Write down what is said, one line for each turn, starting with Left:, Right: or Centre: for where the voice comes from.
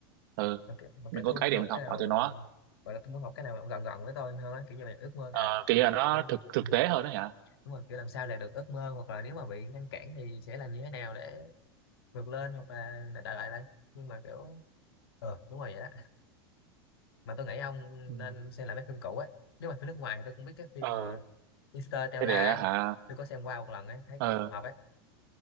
Right: ừ,
Left: mà kiểu, mà
Right: mình
Left: kiểu
Right: có
Left: tôi muốn
Right: cái để
Left: học
Right: mình học
Left: cái nào
Right: hỏi từ nó
Left: gọi là tôi muốn học cái nào gần gần với tôi hơn á kiểu như là ước mơ
Right: ờ,
Left: à
Right: kiểu như là nó
Left: nên-
Right: thực thực
Left: ừ,
Right: tế hơn đó hả
Left: đúng rồi kiểu làm sao đạt được ước mơ hoặc là nếu mà bị ngăn cản thì sẽ làm như thế nào để vượt lên hoặc là đại lại đây nhưng mà kiểu ờ đúng rồi vậy đó mà tôi nghĩ ông
Right: ừ.
Left: nên xem lại mấy phim cũ ấy nếu mà phim nước ngoài thì tôi cũng biết cái phim
Right: ờ
Left: mà Interstellar
Right: thế để
Left: ấy
Right: hả
Left: tôi có xem qua một lần ấy thấy
Right: ờ
Left: cũng hợp ấy